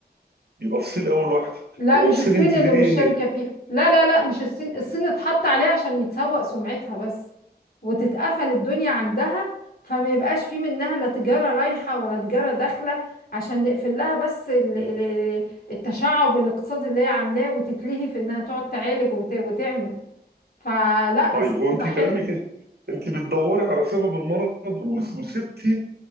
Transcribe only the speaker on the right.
يبقى الصين اول واحده
هو
الصين
انت
ليه
طيب
هو انت
لعلمك إيه؟ انت بتدوري على سبب المرض و- وسبتي